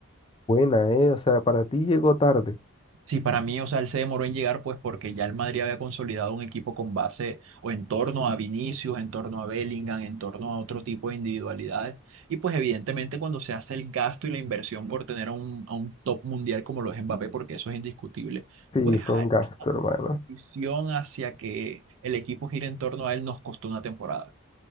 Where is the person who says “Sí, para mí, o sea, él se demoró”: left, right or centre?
Right